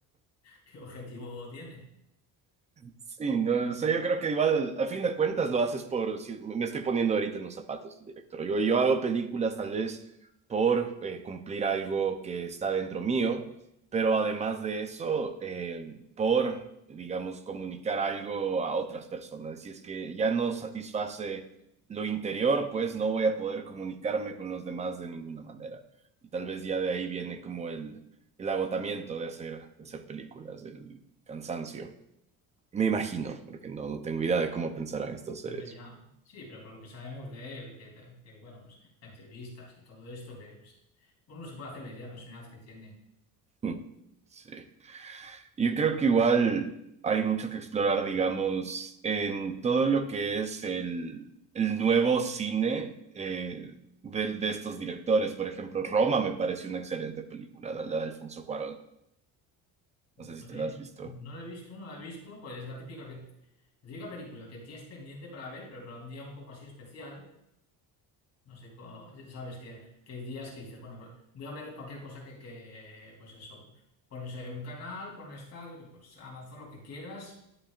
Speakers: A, on the left (about 45°); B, on the right (about 20°).
A: <laughs> ¿qué objetivo tiene?
B: Sí, no, o sea, yo creo que igual, a fin de cuentas, lo haces por, si me estoy poniendo ahorita en los zapatos del director. Yo, yo hago películas tal vez por eh, cumplir algo que está dentro mío, pero además de eso, eh, por, digamos, comunicar algo a otras personas. Si es que ya no satisface lo interior, pues no voy a poder comunicarme con los demás de ninguna manera. Y tal vez ya de ahí viene como el, el agotamiento de hacer, de hacer películas, el cansancio. Me imagino, porque no, no tengo idea de cómo pensarán estos seres.
A: No, hombre, ya, sí, pero por lo que sabemos de él, que, que, bueno, pues entrevistas y todo esto, que pues, uno se puede hacer la idea de la personalidad que tiene.
B: Mm. Sí. Yo creo que igual hay mucho que explorar, digamos, en todo lo que es el, el nuevo cine eh, de, de estos directores. Por ejemplo, Roma me pareció una excelente película, la de Alfonso Cuarón. No sé
A: Pues
B: si te
A: mira,
B: la has visto.
A: no la he visto, no la he visto, pues es la típica, que, la típica película que tienes pendiente para ver, pero para un día un poco así especial, no sé, co- sabes que, que hay días que dices, bueno, pues, voy a ver cualquier cosa que, que, pues eso, pones eh, un canal, pones tal, pues Amazon lo que quieras.